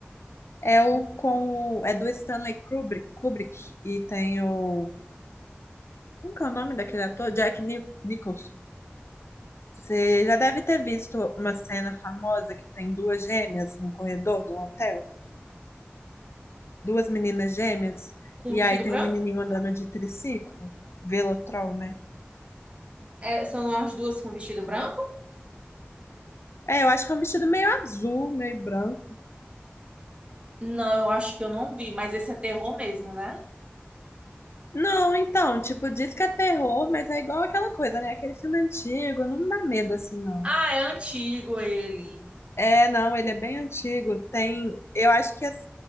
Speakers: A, on the left; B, on the right.
A: É o com o, é do Stanley Kubrick, Kubrick e tem o como que é o nome daquele ator? Jack Nich- Nicholson. Você já deve ter visto uma cena famosa que tem duas gêmeas num corredor de um hotel, duas meninas gêmeas
B: Com
A: e
B: vestido
A: aí tem
B: branco?
A: um menininho andando de triciclo, Velotrol, né?
B: É, são as duas com vestido branco?
A: É, eu acho que é um vestido meio azul, meio branco.
B: Não, eu acho que eu não vi, mas esse é terror mesmo, né?
A: Não, então, tipo, diz que é terror, mas é igual aquela coisa, né? Aquele filme antigo, não dá medo assim, não.
B: Ah, é antigo ele.
A: É, não, ele é bem antigo. Tem, eu acho que